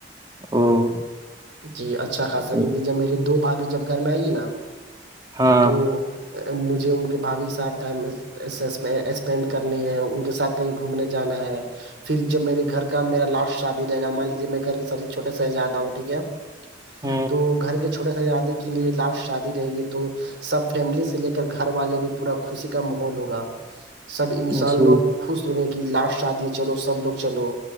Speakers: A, on the right; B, on the right.
A: او <unintelligible>
B: جی اچھا خاصا
A: تو-
B: کیونکہ جب میے دو بھاابھی جب گھر میں آئے گی نا
A: ہاں
B: تو مجھے ان کے بھابھی ساتھ ٹائم اسپینڈ کرنی ہے ان کے ساتھ کہیں گھومنے جانا ہے پھر جب میرے گھر کا میرا لاسٹ شادی رہے گا مان لیجیے میں گھر کے سب سے چھوٹے شہزادہ ہوں ٹھیک ہے
A: ہ
B: تو گھر کے چ تھھوٹے س شادی کے لیے لاسٹ شادی رہے گی تو سب فیملی سے لے کر گھر والے بھی پورا خوشی کا ماحول ہوگا سب انسان
A: جی
B: لوگ خوش ہو گئے کہ لاسٹ شادی ہے چلو سب لوگ چلو